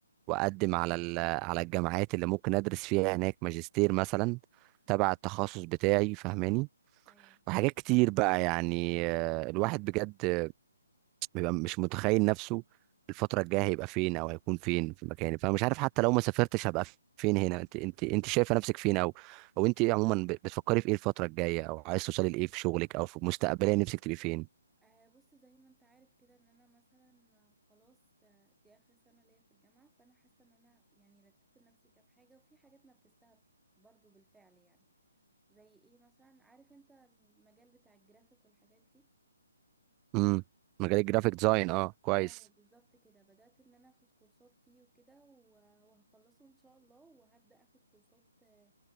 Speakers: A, in the centre; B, on the right.
A: تمام
B: وأقدم على ال- على الجامعات اللي ممكن أدرس فيها هناك ماجستير مثلا
A: مم.
B: تبع التخصص بتاعي فاهماني
A: أيوة
B: وحاجات كتير بقى يعني آه، الواحد بجد بيبقى مش متخيل نفسه الفترة الجاية هيبقى فين أو هيكون فين في مكاني فأنا مش عارف حتى لو ما سافرتش هبقى فين هنا أنت أنت أنت شايفة نفسك فين أو أو أنت إيه عموما بتفكري في إيه الفترة الجاية أو عايز توصلي لإيه في شغلك أو في مستقبليا نفسك تبقي فين
A: آه بص زي ما أنت عارف كده إن أنا مثلا آه، خلاص آه، دي آخر سنة ليا في الجامعة فأنا حاسة إن أنا يعني رتبت لنفسي كام حاجة وفي حاجات نفذتها برضو بالفعل يعني زي إيه مثلا عارف أنت المجال بتاع الجرافيك والحاجات دي
B: امم مجال الجرافيك
A: بس
B: ديزاين اه كويس
A: اه بالظبط كده بدأت ان انا اخد كورسات فيه وكده و- وهخلصه ان شاء الله وهبدأ اخد كورسات آه،